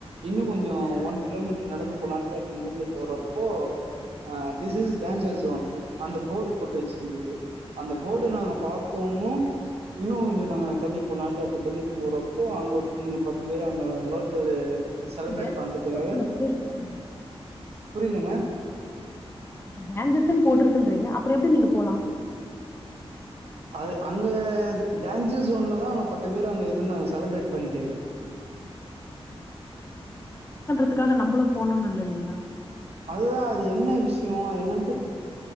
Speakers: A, on the right; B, on the left.
A: இன்னு கொஞ்சோ ஒன் கிலோமீட்டர் நடந்து போலான்ட்டு அப்டி நடந்து போறப்போ அ திஸ் இஸ் டேஞ்சர்ஸ் ஸோன் அந்த போர்டு போட்டு வெச்சிருந்தது அந்த போர்ட்ட நாங்க பாத்தோமோ இன்னு
B: ஆ.
A: கொஞ்சோ நாங்க தள்ளி போலான்ட்டு அப்டி தள்ளிப் போறப்போ அங்க ஒருத்தைவீங்க பத்து பேரு அங்க பர்த்டவே செலப்ரேட்
B: இப்ப பேஞ்சஸ்ன்னும்
A: பண்றதுக்காக
B: போது நீங்க போயிருக்கு பாருங்க
A: புரிலங்க
B: இப்ப டேஞ்சரஸ்னு போட்டிருக்குன்றீங்க அப்புறோ எப்பிடி நீங்க போலா
A: அது அங்க டேஞ்சர்ஸ் ஜோன்லதா அங்க பத்து பேர் அங்க இருந்தாங்க செலப்ரேட் பண்ணிட்டு
B: அதுக்காக நம்புளு போணுன்னு இல்ல இல்லைங்ளா
A: அதுதா அது என்ன விஷ்யோ என்னன்ட்டு